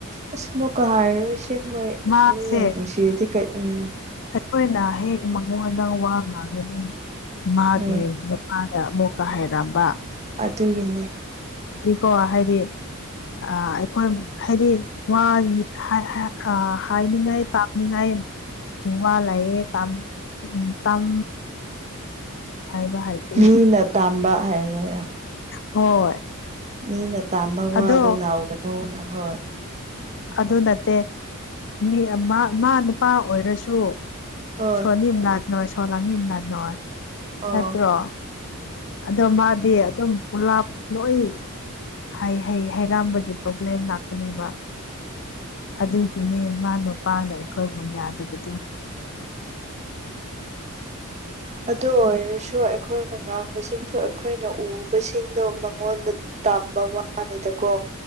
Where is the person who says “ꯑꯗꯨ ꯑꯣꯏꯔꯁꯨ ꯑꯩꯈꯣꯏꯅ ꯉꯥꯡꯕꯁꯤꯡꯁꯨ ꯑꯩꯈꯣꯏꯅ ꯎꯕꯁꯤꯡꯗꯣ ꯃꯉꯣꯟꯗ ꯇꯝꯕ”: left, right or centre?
Right